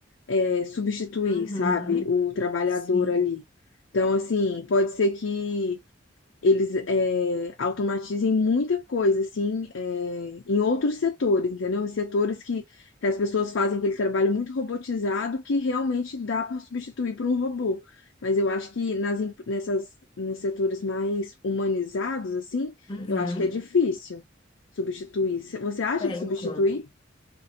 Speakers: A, on the left; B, on the left.
A: é, substituir,
B: Uhum.
A: sabe, o trabalhador
B: Sim.
A: ali. Então, assim, pode ser que eles é, automatizem muita coisa, assim, é, em outros setores, entendeu? Em Setores que, que as pessoas fazem aquele trabalho muito robotizado que realmente dá para substituir por um robô. Mas eu acho que nas, em- nessas, nos setores mais humanizados, assim,
B: Uhum.
A: eu acho que é difícil substituir. Você acha
B: É,
A: que
B: então,
A: substituir?